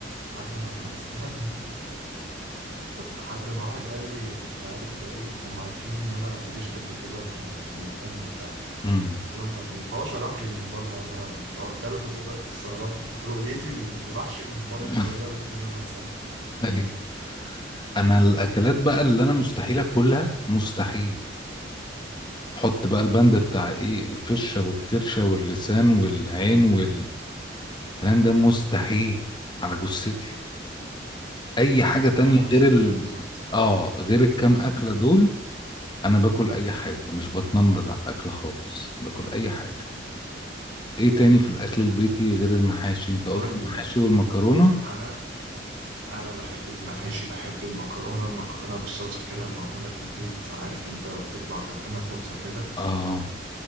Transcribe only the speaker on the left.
امم
<laughs>
ايوه انا الاكلات بقى اللي انا مستحيل اكلها مستحيل حط بقى البند بتاع ايه الفشة والكرشة واللسان والعين والكلام ده مستحيل على جثتي اي حاجة تانية
غير
ال
اه غير الكام اكلة دول انا باكل اي حاجة مش بتنمرض على الاكل خالص باكل اي حاجة ايه تاني في الاكل البيتي غير المحاشي انت قلت
المحاشي
والمكرونة
اه